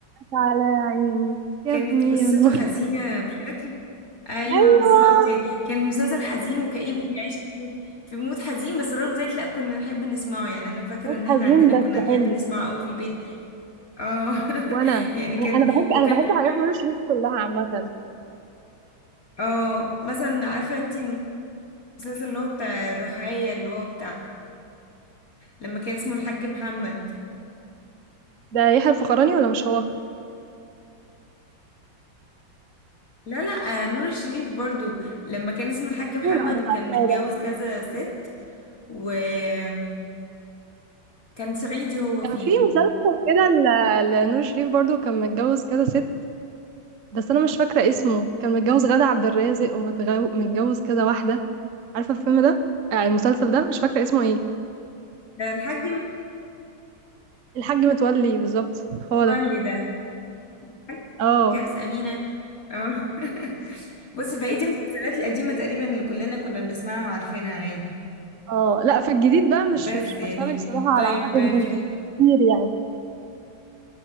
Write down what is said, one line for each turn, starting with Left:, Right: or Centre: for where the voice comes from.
Right: على عيني يا
Left: كانت
Right: ابني
Left: قصته
Right: يا نور
Left: حزينة بشكل ايوه
Right: ايوه
Left: بالظبط يعني كان المسلسل حزين وكئيب وبيعيش في في مود حزين بس رغم ذلك لا كنا نحب نسمعه يعني انا فاكرة
Right: موت
Left: ان احنا
Right: حزين
Left: عندنا
Right: بس
Left: كنا نحب
Right: حلو
Left: نسمعه قوي في البيت اه
Right: وانا
Left: <laughs> يعني كان
Right: انا أنا بحب
Left: وكان
Right: انا بحب
Left: في
Right: حاجات
Left: كام
Right: نور الشريف كلها عامه
Left: اه مثلا عارفه انت المسلسل اللي هو بتاع الرحاية اللي هو بتاع لما كان اسمه الحاج محمد
Right: ده يحيى الفخراني ولا مش هو
Left: لا لا آه، نور الشريف برضو لما كان اسمه الحاج
Right: برضه
Left: محمد
Right: لا مش
Left: وكان
Right: عارفه
Left: متجوز
Right: ده
Left: كذا ست وكان صعيدي هو
Right: كان
Left: فيه
Right: في مسلسل كده ل- لنور الشريف برضو كان متجوز كده ست بس انا مش فاكره اسمه كان متجوز غادة عبد الرازق ومتجوز كده واحده عارفه الفيلم ده آه، المسلسل ده مش فاكره اسمه ايه
Left: ده الحاج
Right: الحاج متولي بالظبط هو
Left: متولي
Right: ده
Left: ده الحاج
Right: اه
Left: جوز أمينة اه <laughs> بصي فهي دي المسلسلات القديمة تقريبا اللي كلنا كنا بنسمعها وعارفينها عادي
Right: اه لا في الجديد بقى مش
Left: بس
Right: مش
Left: يعني
Right: بتفرج صراحة على
Left: طيب
Right: عربي جديد
Left: في ال...
Right: كتير يعني